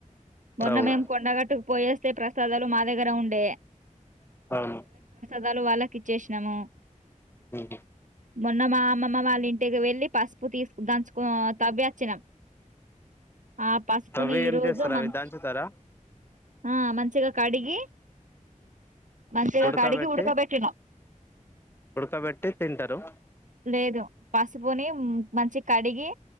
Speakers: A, on the right; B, on the left.
A: మొన్న
B: అవు
A: మేం కొండగట్టుకు పోయేస్తే ప్రసాదాలు మా దగ్గర ఉండేయ
B: అవును
A: వాళ్ళ వాళ్ళకి ఇచ్చేసినము
B: ఉహు
A: మొన్న మా అమ్మమ్మ వాళ్ళ ఇంటికి వెళ్ళి పసుపు తీసుకు దంచుక్ తవ్వి వచ్చినం ఆ పసుపు
B: అవి
A: ని ఈరోజు
B: ఏం చేస్తారు
A: మంచ్
B: అవి దంచుతారా
A: ఆ మంచిగా కడిగి మంచిగా
B: ఉడకబెట్టి
A: కడిగి ఉడకబెట్టినాం.
B: ఉడకబెట్టి తింటారు
A: లేదు పసుపుని మంచిగ కడిగి